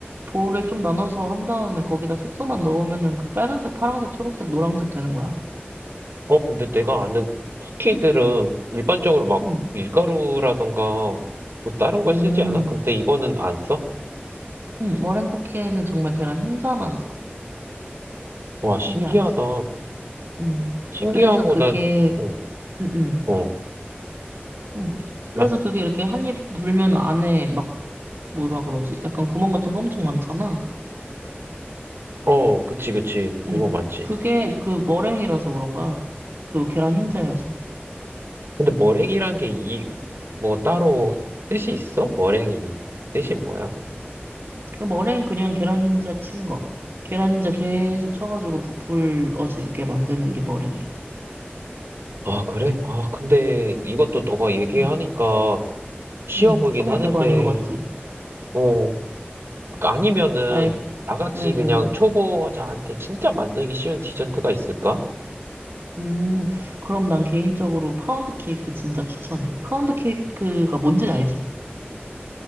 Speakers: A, on the right; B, on the right.
A: 볼을 좀 나눠서 한 다음에 거기다 색소만 넣으면은 그 빨간색, 파란색, 초록색, 노란색 되는 거야.
B: 어, 근데 내가 아는 쿠키들은 일반적으로 막
A: 응.
B: 밀가루라던가 뭐 다른 걸
A: 음,
B: 쓰지 않아? 근데 이거는 안 써?
A: 음, 머랭 쿠키에는 정말 계란 흰자만 써.
B: 와, 신기하다.
A: 신기하지. 음,
B: 신기하고,
A: 그래서 그게,
B: 나, 어,
A: 음, 음,
B: 어,
A: 음. 그래서
B: 막,
A: 그게 이렇게 한입 물면 안에 막, 뭐라 그러지? 약간 구멍 같은 거 엄청 많잖아.
B: 어, 그치, 그치. 구멍
A: 음,
B: 많지.
A: 그게 그 머랭이라서 그런가? 그 계란 흰자여서.
B: 근데 머랭이란 게 이, 뭐 따로 뜻이 있어? 머랭이 뜻이 뭐야?
A: 그 머랭 그냥 계란 흰자 친 거. 계란 흰자 계속 쳐가지고 부풀어지게 만드는 게 머랭이야.
B: 아, 그래? 아, 근데
A: 응,
B: 이것도 너가 얘기하니까
A: 응,
B: 쉬워
A: 응.
B: 보이긴
A: 정말
B: 하는데,
A: 별거 아닌 것 같지?
B: 어, 아니면은
A: 아이,
B: 나같이
A: 응, 응.
B: 그냥 초보자한테 진짜 만들기 쉬운 디저트가 있을까?
A: 음, 그럼 난 개인적으로 파운드 케이크 진짜 추천해. 파운드 케이크가 뭔지 알지?